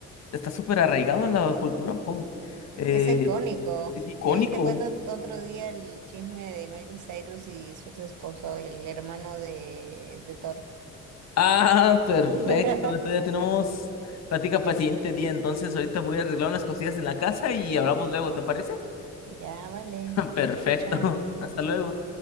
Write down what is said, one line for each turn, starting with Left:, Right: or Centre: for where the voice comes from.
Left: está súper arraigado en la cultura pop. Eh,
Right: Es icónico.
Left: es icónico.
Right: De ahí te cuento otro día el chisme de Miley Cyrus y su ex esposo, el hermano de, de Thor.
Left: Ah, perfecto.
Right: <laughs>
Left: Entonces ya tenemos plática para el siguiente día. Entonces ahorita voy a arreglar unas cosillas en la casa y hablamos luego, ¿te parece?
Right: Ya, vale.
Left: <laughs> Perfecto.
Right: Chao, chao.
Left: Hasta luego.